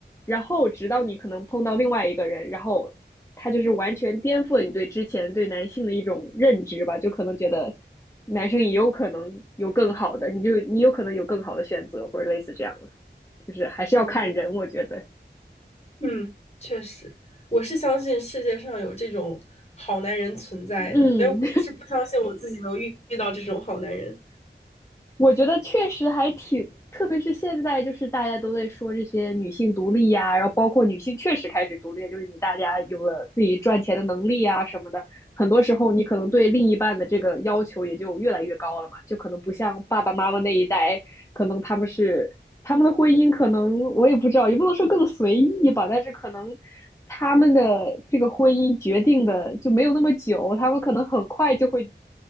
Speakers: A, on the left (about 15°); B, on the left (about 35°).
A: 然后直到你可能碰到另外一个人，然后他就是完全颠覆了你对之前对男性的一种认知吧，就可能觉得男生也有可能有更好的，你就你有可能有更好的选择或者类似这样的，就是还是要看人，
B: 嗯
A: 我觉得，
B: 嗯，确实，我是相信世界上有这种好男人存在的，
A: 嗯。
B: 但是我是不相信我自己能遇遇到这种好男人。
A: 我觉得确实还挺，特别是现在，就是大家都在说这些女性独立呀、然后包括女性确实开始独立，就是你大家有了自己赚钱的能力啊什么的，很多时候你可能对另一半的这个要求也就越来越高了嘛，就可能不像爸爸妈妈那一代，可能他们是他们的婚姻可能我也不知道，也不能说更随意吧，但是可能他们的这个婚姻决定的就没有那么久，他们可能很快就会